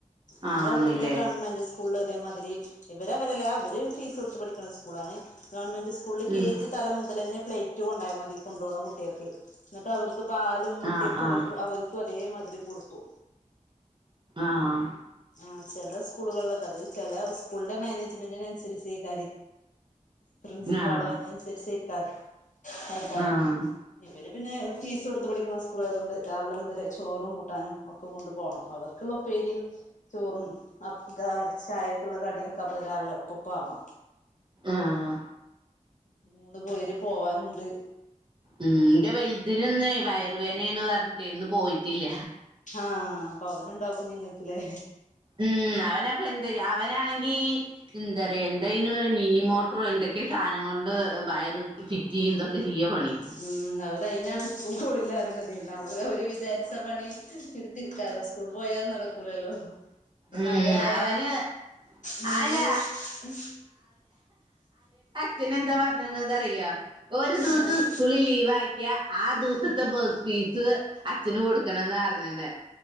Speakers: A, on the left; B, on the right.
A: നങ്ങളെ
B: ആണ്ല്ലേ
A: ഇവട്ത്തെ ഗവൺമെന്റ് സ്കൂൾല് ഇതേമാതിരി ഇവര് അവരല്ലാ അവര് ഫീസൊട്ത്ത് പഠിക്കണ സ് കൂളാണ് ഗവൺമെൻറ് സ്കൂൾല് കെ
B: ഉം
A: ജി തലം മുതലെന്നെ പ്ലെയ് റ്റ് കൊണ്ടായാ മതി കൊണ്ടോണ കുട്ട്യാക്ക് എന്നട്ട് അവർക്ക് പാലും മുട്ടിയൊക്കെ
B: ആഹ് ആഹ്
A: ഇവർക്ക് അവര്. ക്കു അതെ മാതിരി കൊടുക്കൂ.
B: ആഹ്.
A: ആഹ് ചെലെ സ്കൂളുകൾലൊക്കെ അത് ചില സ്കൂൾൻ്റെ മാനേജ്മെന്റിനനുസരിച്ചയ്ക്കാരെ. പ്രിൻസിപ്പാളോ
B: ആഹ്
A: അയ്നൻസര്ച്ചയ്ക്കാരം അയ്ക്കാരം.
B: ആഹ് ആഹ്
A: ഇവര് പിന്നെ ഫീസൊട്ത്ത് പഠിക്ക്ണ സ്കൂളായതോണ്ട് രാവിലെ മുതല് ചോറും കൂട്ടാനും ഒക്കെ കൊണ്ടു പോണം അവർ. ക്ക്ള്ള ഉപ്പേരീം. ചോറും അപ് ക ചായക്കുള്ള കടിയൊക്കെ അപ്പ രാവിലെ ഒപ്പപ്പ ആവണം.
B: ആഹ്.
A: മൂന്ന് പേര് പോവാനൂണ്ട്.
B: ഉം ഇന്റെ വൽതിനിന്ന് വയറുവേനേണ് പറഞ്ഞിട്ട് ഇന്ന് പോയിറ്റില്ല.
A: ആഹ് അപ്പൊ അവന്ണ്ടവുപ്പഞ്ഞ് ഇങ്ങക്ക്ലേ.
B: ഉം അവനപ്പൊ എന്ത് അവനാണെങ്കി. എന്താ പറയ എന്തയ്ന് പറയ മിനി മോട്ടറോ എന്തൊക്കെ സാധനം കൊണ്ട്. വയറ്
A: ആഹ്
B: ഫിറ്റ്യ്യും ഇതൊക്കെ ചെയ്യ പണി.
A: ഉം അവറ് അയ്നാണ് സ്കൂക്കോണില്ല പറിണതെ ഇന്നാ അവറ് അവര് വിചാരി ത്ത പണി ഇട്ത്തിര്ക്കാലോ സ്കൂൾ പോയാലു അത് നടക്കൂലല്ലോ. ഇഞ്ഞ്
B: ഉം
A: മഴായ
B: അവന്
A: മീന്
B: അല്ല
A: ഉം.
B: ച്ചനെന്താ പറഞ്ഞത് ന്നറിയാ ഒരു ദിവസം
A: ആഹ്
B: സ്കൂളിൽ ലീവാ ക്ക്യ ആ ദിവസത്തെ ബസ് ഫീസ് അച്ഛന് കൊടുക്കണന്ന പറഞ്ന്ന.